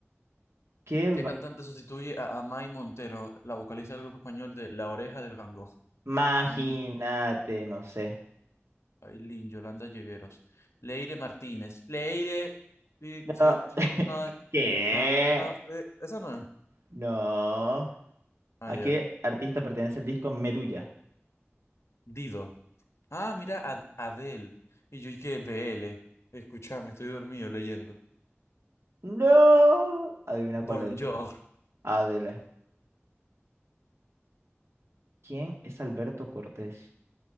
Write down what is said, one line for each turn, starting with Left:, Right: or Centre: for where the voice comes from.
Right: ¿Qué? va-
Left: ¿Qué cantante sustituye a Amai Montero, la vocalista del grupo español de La Oreja de Van Gogh?
Right: Imagínate,
Left: Angie
Right: no sé.
Left: Ailín, Yolanda Llegueros, Leire Martínez, Leire... Pichi-
Right: No.
Left: Chuma-
Right: <laughs> ¿Qué?
Left: Ah, ah, eh, Esa no es.
Right: No.
Left: Ah,
Right: ¿A
Left: ya.
Right: qué artista pertenece el disco Medulla?
Left: Dido. Ah, mira, Ad- Adele. Y yo que BL. Escúchame, estoy dormido leyendo.
Right: No. Adivina cuál
Left: Bonjour.
Right: es. Adele. ¿Quién es Alberto Cortés?